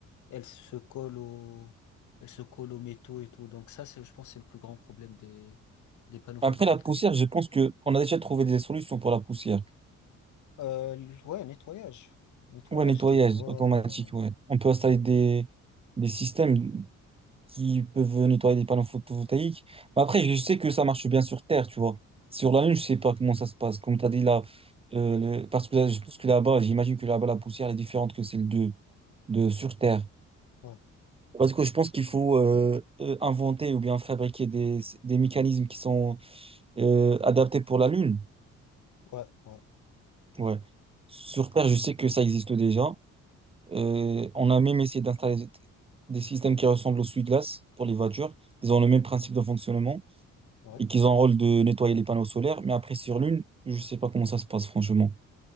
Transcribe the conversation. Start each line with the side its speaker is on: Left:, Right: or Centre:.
Left: elle se colle au, elle se colle aux métaux et tout. Donc ça, c'est, je pense, que c'est le plus grand problème des, des panneaux photovoltaïques.
Right: Après, la poussière, je pense que on a déjà trouvé des solutions pour la poussière.
Left: Euh, ouais, nettoyage, nettoyage
Right: Ouais, nettoyage
Left: des drones.
Right: automatique,
Left: euh,
Right: ouais. On peut installer des, des systèmes qui peuvent nettoyer des panneaux photovoltaïques. Mais après, je sais que ça marche bien sur Terre, tu vois. Sur la Lune, je sais pas comment ça se passe. Comme tu as dit là, euh, le- parce que là, je pense que là-bas, j'imagine que là-bas, la poussière elle est différente que celle de, de sur Terre.
Left: Ouais,
Right: Parce que je pense qu'il faut euh, euh, inventer ou bien fabriquer des, des mécanismes qui sont euh, adaptés pour la Lune.
Left: ouais, ouais, ouais,
Right: Ouais. Sur Terre, je sais que ça existe déjà. Euh, on a même essayé d'installer des systèmes qui ressemblent aux essuie-glace pour les voitures. Ils ont le même principe de fonctionnement
Left: ouais.
Right: et qu'ils ont un rôle de nettoyer les panneaux solaires. Mais après, sur Lune, je sais pas comment ça se passe, franchement.